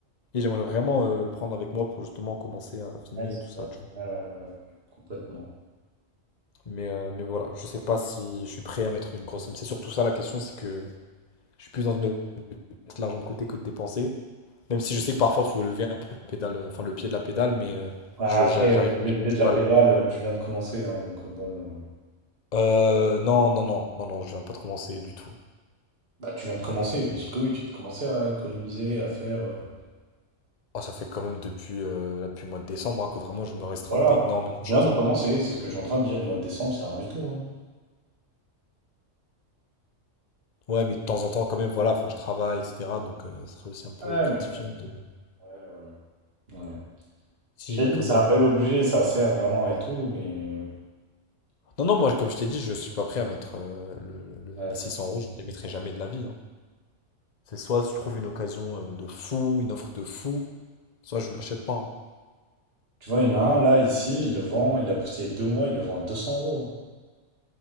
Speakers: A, on the left; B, on the right.
A: Et j'aimerais vraiment euh, le prendre avec moi pour justement commencer à filmer
B: Ouais, c'est
A: et tout ça,
B: vrai.
A: tu vois.
B: Ouais, ouais, ouais, ouais, ouais, complètement.
A: Mais, euh, mais voilà, je sais pas si je suis prêt à mettre une grosse somme. C'est surtout ça la question, c'est que je suis plus dans une optique de mettre l'argent de côté que de dépenser. Même si je sais que parfois, faut lever un peu la pédale, euh, enfin, le pied de la pédale, mais euh,
B: Ouais,
A: je,
B: après,
A: j'ai- j'arrive
B: euh, le BLP
A: pas, j'ai vraiment du
B: de la
A: mal.
B: pédale, euh, tu viens de commencer, hein, donc euh, bon. euh,
A: Euh, non, non, non, non, non, je viens pas de commencer du tout.
B: Bah, tu viens de commencer, bien sûr que oui, tu viens de commencer à économiser, à faire. euh,
A: Ah, ça fait quand même depuis, euh, depuis le mois de décembre hein, que vraiment je me restreins
B: Voilà,
A: d'énormément
B: tu
A: de choses.
B: viens de
A: hein.
B: commencer, c'est ce que je suis en train de dire. Au mois de décembre, c'est rien du tout. hein.
A: Ouais, mais de temps en temps, quand même, voilà, enfin, je travaille, etc. Donc, euh, ce serait aussi un peu
B: Ouais,
A: gratifiant
B: mais bon,
A: de...
B: ouais, ouais. ouais.
A: Si,
B: Je t'ai dit,
A: quand
B: c'est
A: même.
B: un bel objet, ça sert vraiment et tout, mais.
A: Non, non, moi, comme je t'ai dit, je suis pas prêt à mettre euh, le- le-
B: ouais.
A: les 600 euros, je ne les mettrai jamais de la vie. hein. C'est soit je trouve une occasion euh, de fou, une offre de fou, soit je ne l'achète pas. hein.
B: Tu vois, il y en a un là, ici, il le vend, il a posté il y a deux mois, il le vend à 200 euros. hein.